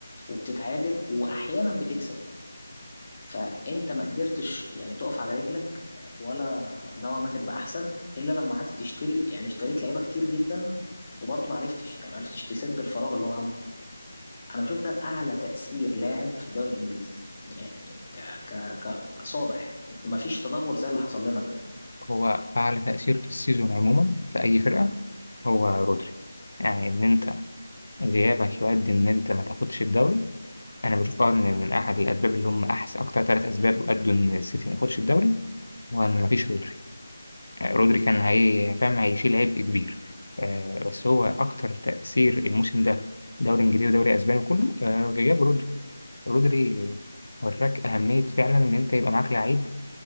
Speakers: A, on the left; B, on the left.
A: وبتتعادل واحيانا بتكسب فانت ما قدرتش يعني تقف على رجلك ولا نوعا ما تبقى احسن الا لما قعدت تشتري يعني اشتريت لعيبه كتير جدا وبرضه ما عرفتش يعني ما عرفتش تسد الفراغ اللي هو عامله انا بشوف ده اعلى تاثير لاعب في الدوري الانجليزي يعني ك ك كاصابه يعني ما فيش تدهور زي اللي حصل لنا ده
B: هو أعلى تأثير في السيزون عموما في أي فرقة هو رودري يعني إن أنت غيابك يؤدي إن أنت ما تاخدش الدوري أنا بشوف أه إن من أحد الأسباب اللي هم أحسن أكتر ثلاث أسباب أدوا إن السيتي ما ياخدش الدوري هو إن مفيش رودري آه، رودري كان هي فاهم هيشيل عبء كبير آه، بس هو أكتر تأثير الموسم ده دوري إنجليزي ودوري أسباني كله آه، غياب رودري رودري آه، وراك أهمية فعلا إن أنت يبقى معاك لعيب